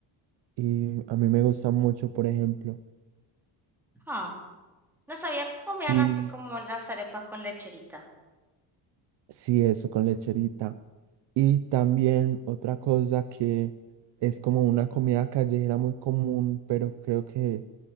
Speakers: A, on the right (about 60°); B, in the centre.
A: y a mí me gusta mucho, por ejemplo.
B: Ah, No sabía que comían
A: Y
B: así como las arepas con lecherita.
A: sí, eso con lecherita. Y también otra cosa que es como una comida callejera muy común, pero creo que